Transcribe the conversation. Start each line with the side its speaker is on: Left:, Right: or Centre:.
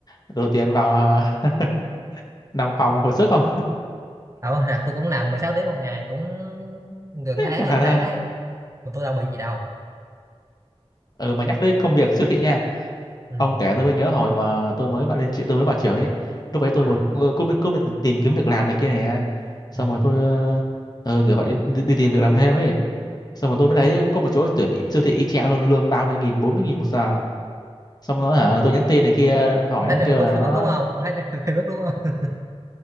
Left: đủ tiền vào ờ, nằm phòng hồi sức không
Right: Đâu, là tôi cũng làm 16 tiếng một ngày cũng gần
Left: <laughs>
Right: tháng
Left: trả
Right: hơn
Left: lời
Right: tháng ấy mà tôi đâu bị gì đâu
Left: ừ mà nhắc tới công việc siêu thị nha
Right: ừ.
Left: ông kể tôi mới nhớ hồi mà tôi mới vào lên tri- tôi mới vào trường ấy lúc ấy tôi
Right: À.
Left: còn cứ cứ, cứ tìm kiếm việc làm này kia này xong
Right: Ừ.
Left: rồi tôi ờ, ờ, kiểu vậy đi, đi, tìm việc làm thêm ấy xong rồi tôi
Right: rồi
Left: mới thấy
Right: sao
Left: có một chỗ tuyển y- siêu thị y chang luôn lương ba mươi nghìn bốn mươi nghìn một giờ xong rồi hả tôi nhắn tin này kia hỏi
Right: ông thấy
Left: nó
Right: trên
Left: kêu
Right: Facebook
Left: là
Right: Facebook
Left: nó
Right: đúng không ông thấy trên <laughs> Facebook đúng không